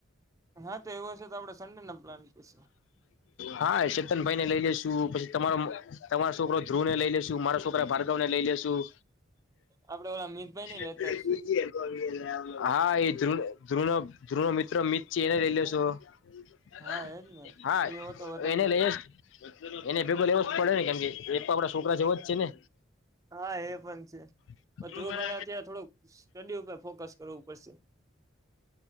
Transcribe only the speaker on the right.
હા તો એવો હશે તો આપડે સન્ડે ના પ્લાન કરીશું
આપડે ઓલા મિતભાઈ ને
લેતા આવીશું
હા એજ ને
એ હો તો વધારે
મજા
આવે.
હા એ પણ છે
ધ્રુવભાઈને અત્યારે થોડુંક સ્ટડી ઉપર ફોકસ કરવું પડશે